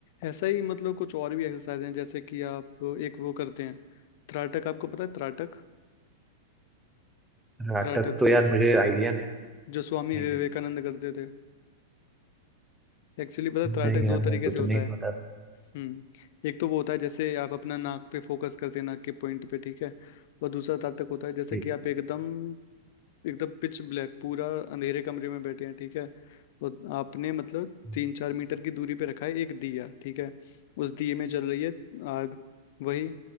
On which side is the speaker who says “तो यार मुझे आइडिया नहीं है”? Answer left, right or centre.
Centre